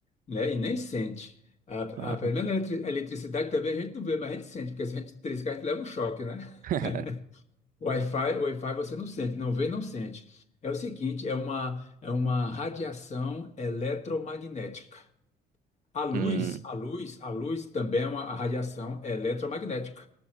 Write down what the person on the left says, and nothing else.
né, e nem sente. A,
a, pelo menos a eletri- a eletricidade também a gente não vê, mas a gente sente, porque se a gente triscar, a gente leva um choque, né?
<laughs> O Wi-Fi, o Wi-Fi você não sente, não vê, não sente. É o seguinte, é uma, é uma radiação eletromagnética. A luz,
a luz, a luz também é uma radiação é eletromagnética.